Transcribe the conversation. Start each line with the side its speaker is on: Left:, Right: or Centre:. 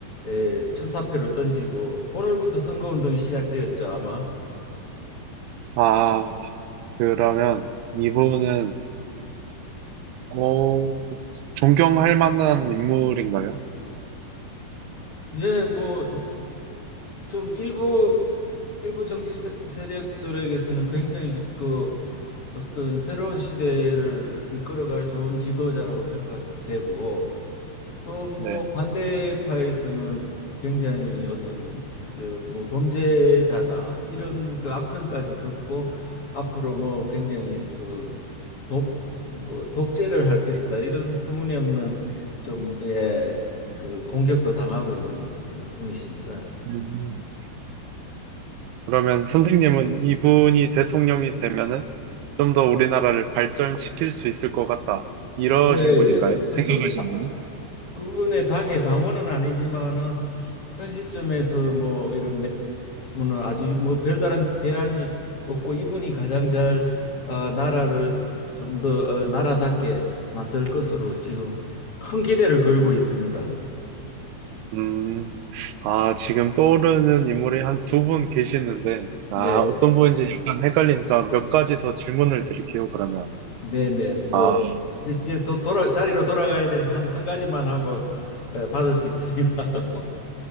Left: 에, 출사표를 던지고 오늘부터 선거 운동이 시작되었죠, 아마.
Right: 아, 그러면 이분은, 어, 존경할 만한 인물인가요?
Left: 예, 뭐 좀 일부 일부 정치 세- 세력들에게서는 굉장히 그 어떤 새로운 시대를 이끌어갈 좋은 지도자라고 평가되고 또 뭐
Right: 네.
Left: 반대파에서는 굉장히 어떤 이제 뭐 범죄자다 이런 그 악평까지 듣고 앞으로 뭐 굉장히 그 독 뭐 독재를 할 것이다 이런 터무니없는 좀 예 그 공격도 당하고 있는 어, 분이십니다.
Right: 음, 그러면 선생님은 이분이 대통령이 되면은 좀 더 우리나라를 발전시킬 수 있을 것 같다. 이러신
Left: 예,
Right: 분인가요? 생각하신
Left: 예. 저는 다-
Right: 분이?
Left: 그분의 당의 당원은 아니지만은 현 시점에서 뭐 이런 뭐는 아주 뭐 별다른 대안이 없고 이분이 가장 잘 어, 나라를 좀 더 어, 나라답게 만들 것으로 지금 큰 기대를 걸고 있습니다.
Right: 음, 아, 지금 떠오르는 인물이 한 두 분 계시는데, 아,
Left: 네,
Right: 어떤 분인지 약간 헷갈리니까 몇 가지 더 질문을 드릴게요, 그러면.
Left: 네, 네. 뭐
Right: 아,
Left: 이제 이제 또 돌아 자리로 돌아가야 되니까 한, 한 가지만 하고 어, 받을 수 있습니다. <laughs>